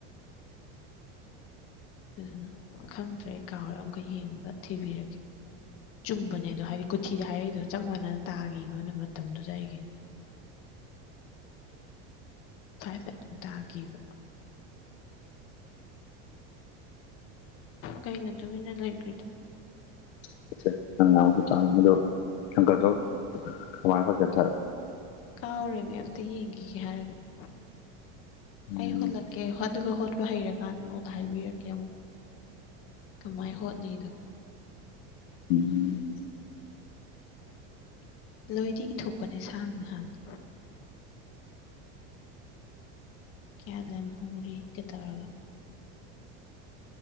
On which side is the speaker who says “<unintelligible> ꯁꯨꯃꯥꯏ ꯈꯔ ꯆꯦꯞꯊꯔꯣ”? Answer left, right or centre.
Left